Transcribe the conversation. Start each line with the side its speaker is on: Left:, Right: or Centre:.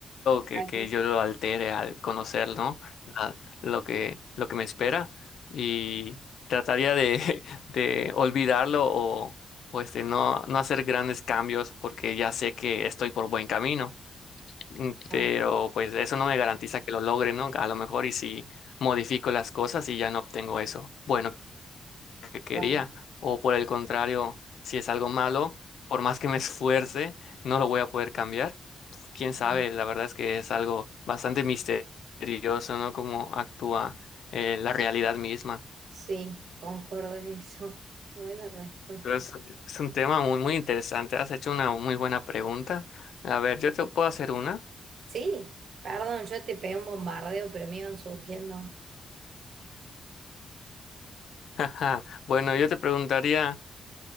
Left: que,
Right: Claro,
Left: que yo lo altere al conocer, ¿no? La- lo que, lo que me espera y trataría de, <laughs> de olvidarlo o, o este, no, no hacer grandes cambios porque ya sé que estoy por buen camino. Mm,
Right: claro,
Left: Pero pues eso no me garantiza que lo logre, ¿no? A lo mejor y si modifico las cosas y ya no obtengo eso bueno que quería.
Right: guau,
Left: O por el contrario, si es algo malo, por más que me esfuerce, no lo voy a poder cambiar. Quién
Right: claro.
Left: sabe, la verdad es que es algo bastante misterioso, ¿no? Cómo actúa eh, la realidad misma.
Right: Sí, concuerdo en eso. <laughs> Buena respuesta.
Left: Pero es, es un tema muy, muy interesante. Has hecho una muy buena pregunta. A ver, yo te puedo hacer una.
Right: Sí, perdón, yo te pegué un bombardeo, pero me iban surgiendo.
Left: <laughs> Bueno, yo te preguntaría.